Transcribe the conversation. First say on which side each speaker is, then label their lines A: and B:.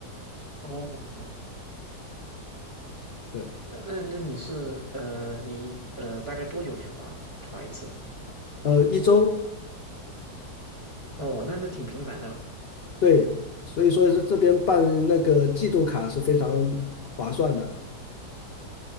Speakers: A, on the left; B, on the left.
A: 哦，
B: 对，
A: 那那那你是呃你呃大概多久去划呢？划一次呢？
B: 呃，一周，
A: 哦，那那挺频繁的了。
B: 对，所以说是这边办那个季度卡是非常划算的。